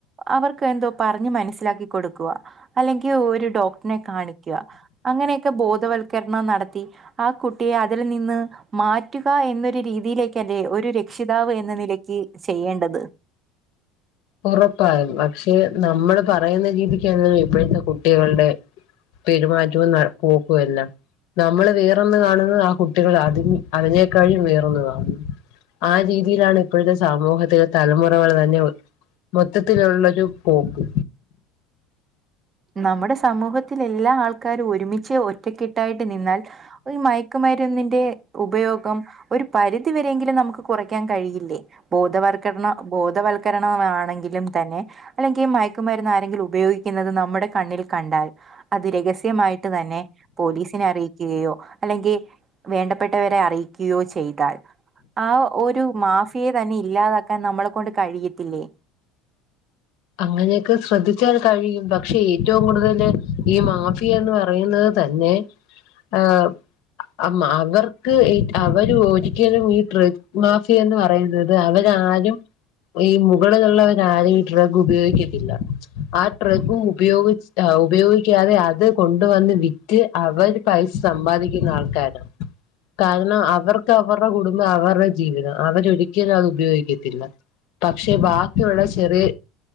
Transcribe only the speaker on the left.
ഉറപ്പായും പക്ഷെ നമ്മള് പറയുന്ന രീതിക്ക ല്ലല്ലോ ഇപ്പോഴത്തെ കുട്ടികളുടെ പെരുമാറ്റവും ന പോക്കും എല്ലാം നമ്മള് വേറൊന്ന് കാണുന്നത് ആ കുട്ടികൾ അതി അതിനേക്കാഴും വേറൊന്ന് കാണുന്നു ആ രീതിയിലാണ് ഇപ്പോഴത്തെ സാമൂഹത്തിലെ തലമുറകൾ തന്നെ മൊത്തത്തിലുള്ളൊരു പോക്ക്
അങ്ങനെയൊക്കെ ശ്രദ്ധിച്ചാൽ കഴിയും പക്ഷെ ഏറ്റവും കൂടുതല് ഈ മാഫിയന്ന് പറയുന്നത് തന്നെ ആഏഹ അ അവർക്ക് അവര് ഒരിക്കലും ഈ ട്രഗ് മാഫിയന്ന് പറയുന്നത് അ അവരാരും ഈ മുകളിലുള്ളവരാരും ട്രഗ ഉപയോഗിക്കത്തില്ല ആ ട്രഗും ഉപയോഗി ഉപയോഗിക്കാതെ അത് കൊണ്ടുവന്ന് വി- വിറ്റ്അവര് പൈസ സമ്പാദിക്കുന്ന ആൾക്കാരാണ് കാരണം അവർക്ക് അവരുടെ കുടുംബം അവരുടെ ജീവിതം അവരൊരിക്കലും അത് ഉപയോഗിക്കത്തില്ല പക്ഷെ ബാക്കിയുള്ള ചെറിയ